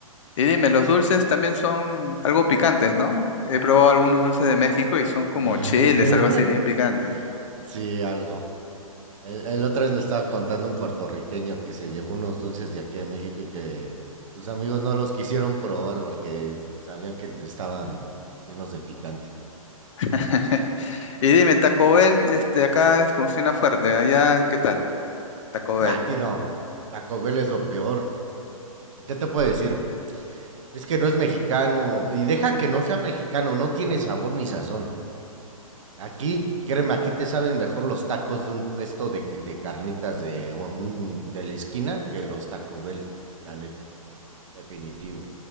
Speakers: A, on the left; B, on the right.
A: Y dime, los dulces también son algo picantes, ¿no? He probado algunos dulces de México y son como
B: <laughs>
A: chiles, algo así bien picantes.
B: Sí, algo. El, el otra vez me estaba contando un puertorriqueño que se llevó unos dulces de aquí a México y que sus amigos no los quisieron probar porque sabían que estaban llenos de picante.
A: <laughs> Y dime, Taco Bell, este, acá funciona fuerte, allá, ¿qué tal? Taco Bell.
B: Nah, aquí no. Taco Bell es lo peor. ¿Qué te puedo decir? Es que no es mexicano. Y deja que no sea mexicano. No tiene sabor ni sazón. Aquí, créeme, aquí te saben mejor los tacos de un puesto de, de carnitas de, un- de la esquina que los Taco Bell. La neta. Definitivo.